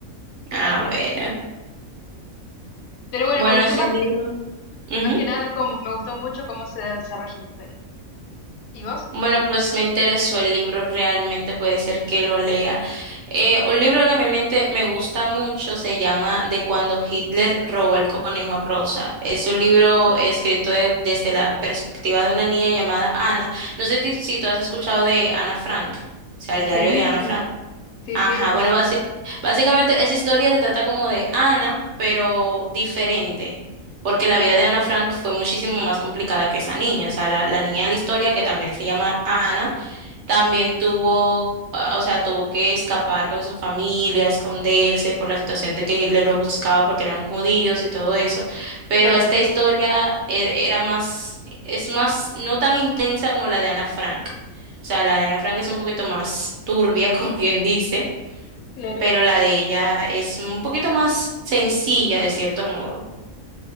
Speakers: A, on the right; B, on the left.
A: Ah,
B: Así
A: bueno.
B: que, pero bueno,
A: Bueno,
B: me gustó
A: ese
B: más
A: libro.
B: que,
A: Ujú.
B: más que nada como me gustó mucho cómo se desarrolla la historia. ¿Y vos?
A: Bueno, pues me interesó el libro, realmente puede ser que lo lea. Eh, un libro que a mi mente me gusta mucho se llama De cuando Hitler robó el conejo rosa. Es un libro escrito de- desde la perspectiva de una niña llamada Ana. No sé ti- si tú has escuchado de Ana Frank, o sea, el
B: Sí,
A: diario de Ana Frank.
B: sí,
A: Ajá,
B: sí,
A: bueno, basi- básicamente esa historia se trata como de Ana, pero diferente, porque la vida de Ana Frank fue muchísimo más complicada que esa niña, o sea, la, la niña de la historia, que también se llama Ana, también tuvo, ah, o sea, tuvo que escapar con su familia, esconderse por la situación de que Hitler lo buscaba porque eran judíos y todo eso, pero
B: claro,
A: esta historia e- era más, es más, no tan intensa como la de Ana Frank. O sea, la de Ana Frank es un poquito más turbia, <laughs> como quien dice
B: claro.
A: pero la de ella es un poquito más sencilla de cierto modo.